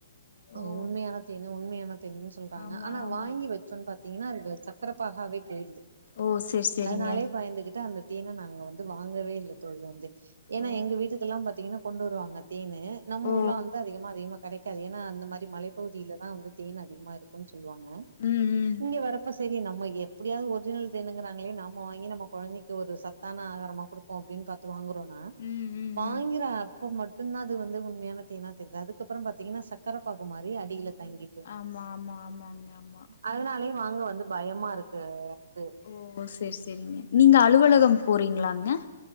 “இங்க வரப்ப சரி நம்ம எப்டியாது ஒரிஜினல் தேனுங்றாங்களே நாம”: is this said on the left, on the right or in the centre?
Right